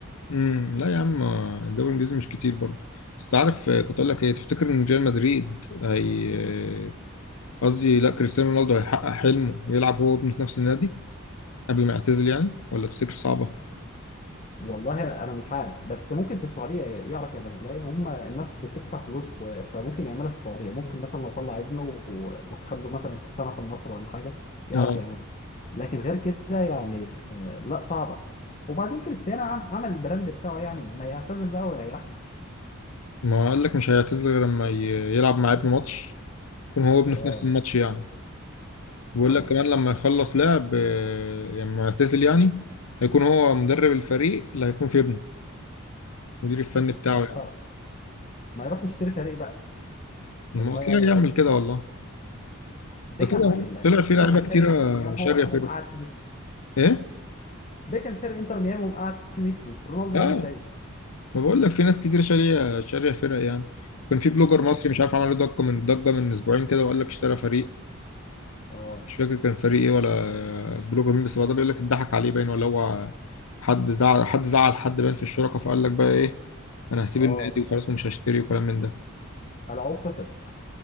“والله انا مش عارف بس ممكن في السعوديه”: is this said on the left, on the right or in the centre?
Left